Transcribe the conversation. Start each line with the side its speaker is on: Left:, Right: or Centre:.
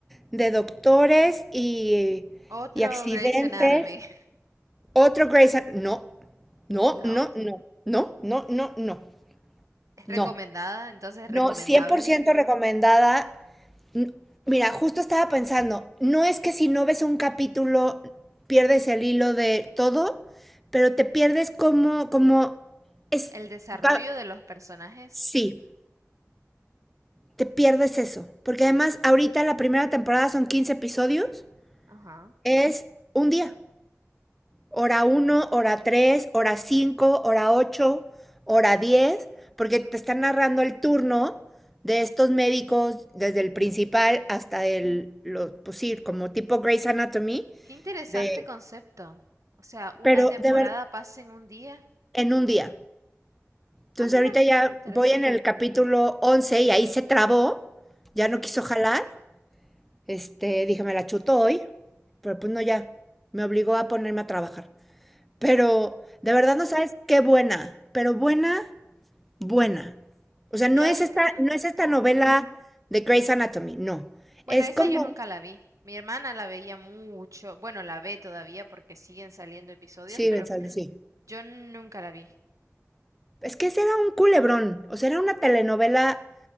Centre: de doctores y,
Right: Otro
Centre: y accidentes,
Right: Grey's Anatomy, <laughs>
Centre: otro Grey's An- No, no,
Right: ¿no?
Centre: no, no, no, no, no, no,
Right: ¿Es
Centre: no,
Right: recomendada? Entonces,
Centre: no,
Right: ¿recomendable?
Centre: cien por ciento recomendada. N- Mira, justo estaba pensando, no es que si no ves un capítulo pierdes el hilo de todo, pero te pierdes como, como, es,
Right: El desarrollo
Centre: va-
Right: de los personajes.
Centre: sí. te pierdes eso. Porque además, ahorita la primera temporada son 15 episodios,
Right: Ajá.
Centre: es un día. Hora uno, hora 3, hora 5, hora 8, hora 10, porque te están narrando el turno de estos médicos, desde el principal hasta el, lo pues sí, como tipo Grey's Anatomy,
Right: Qué interesante
Centre: de,
Right: concepto. O sea, una
Centre: pero
Right: temporada
Centre: de ver
Right: pasa en un día.
Centre: en un día. Entonces
Right: Ah, mira,
Centre: ahorita ya
Right: muy interesante.
Centre: voy en el capítulo 11 y ahí se trabó, ya no quiso jalar Este, dije, me la chuto hoy, pero pues no, ya, me obligó a ponerme a trabajar. Pero de verdad no sabes qué buena, pero buena, buena. O sea,
Right: Yo
Centre: no es
Right: ahorita,
Centre: esta, no es esta
Right: ujú.
Centre: novela de Grey's Anatomy, no.
Right: Bueno,
Centre: Es
Right: esa
Centre: como,
Right: yo nunca la vi. Mi hermana la veía mucho. Bueno, la ve todavía porque siguen saliendo episodios,
Centre: sí,
Right: pero
Centre: González, sí.
Right: yo nunca la vi.
Centre: Es que ese era un culebrón, o sea, era una telenovela